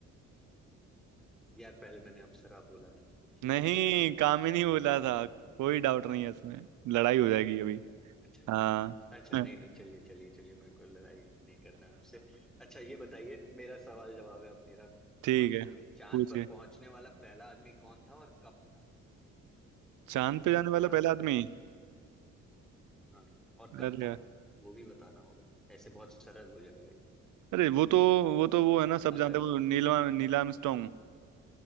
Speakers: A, in the centre; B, on the right.
A: यार पहले मैंने अप्सरा बोला था <laughs> ठीक
B: नहीं
A: है चलो
B: कामिनी बोला
A: हाँ
B: था कोई डाउट नहीं है इसमें लड़ाई हो जाएगी अभी
A: अच्छा
B: हाँ
A: अच्छा
B: <laughs>
A: नहीं नहीं चलिए चलिए चलिए मेरे को लड़ाई नहीं करना आपसे अच्छा ये बताइए मेरा सवाल जवाब है अब मेरा
B: ठीक
A: सवाल
B: है
A: पूछेंगे चांद
B: पूछिए
A: पर पहुंचने वाला पहला आदमी कौन था और कब था
B: चांद पे
A: ये आप
B: जाने
A: बता
B: वाला पहला
A: सकते
B: आदमी
A: हैं हाँ और कब
B: अरे
A: था वो भी बताना होगा ऐसे बहुत सरल हो जाएगा ये
B: अरे वो तो वो तो वो है ना सब जानते
A: अगर
B: हैं वो नीलम नील आर्मस्ट्रांग